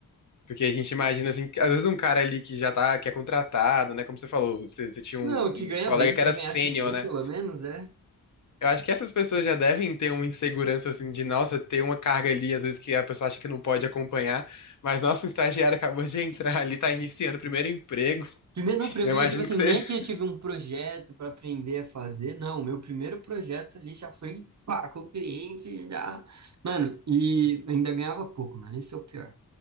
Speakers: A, on the left; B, on the right.
A: Porque a gente imagina, assim, que às vezes um cara ali que já tá, que é contratado, né? Como você falou, você, você tinha
B: Não,
A: um, um
B: que ganha
A: colega
B: bem, se
A: que era
B: eu ganhasse
A: sênior,
B: bem,
A: né?
B: pelo menos, é.
A: Eu acho que essas pessoas já devem ter uma insegurança assim de, nossa, ter uma carga ali, às vezes que a pessoa acha que não pode acompanhar, mas nossa, um estagiário acabou de entrar ali, tá iniciando o primeiro emprego.
B: Primeiro, não, pra
A: Eu
B: mim,
A: imagino
B: tipo assim,
A: que você.
B: nem
A: <laughs>
B: que eu tive um projeto para aprender a fazer, não, meu primeiro projeto ali já foi, pá, com o cliente, já. Mano, e ainda ganhava pouco, mano, esse é o pior.